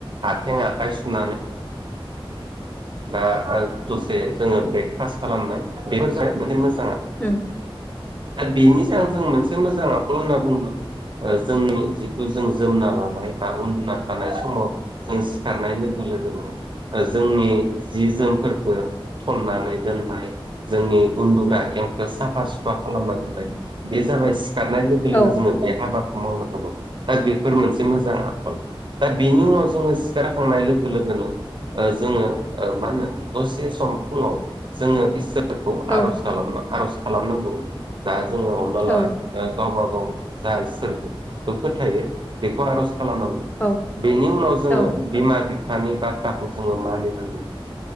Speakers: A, on the right; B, on the left.
A: आथें आखाइ सुनानै दा दसे जोंङो ब्रेकफास्ट खालामनाय बेफोरजों मोनसे मोजां
B: औ
A: आद बेनि सायाव जों मोनसे मोजाङाव <unintelligible> होनना बुङो जोंनि जिथु जों जोमना लानाय बा उन्दुना थानाय समाव जों सिखारनाय लोगो लोगोनो जोंनि जि जोमफोरखौ थननानै दोननाय जोंनि उन्दुग्रा ए साफा सुफा खालामना दोननाय बे जाबाय सिखारनाय लोगो लोगो
B: औ
A: जोङो बे हाबाखौ मावनांगौ दा बेफोर मोनसे मोजां आखल दा बेनि उनाव जोङो सिखारखांनाय लोगो लोगोनो ओ जोङो ओ मा होनो दसे सम फुङाव जोङो इसोरखौ
B: औ
A: आर'ज खालामना आर'ज खालामनांगौ दा जोङो हमना
B: औ
A: ला ओ गावबा गाव जा इसोरखौ फोथायो बेखौ आर'ज खालामनांगौ
B: औ
A: बेनि उनाव जोङो
B: औ
A: बिमा बिफानि बाथ्राखौ जोङो मानिनांगौ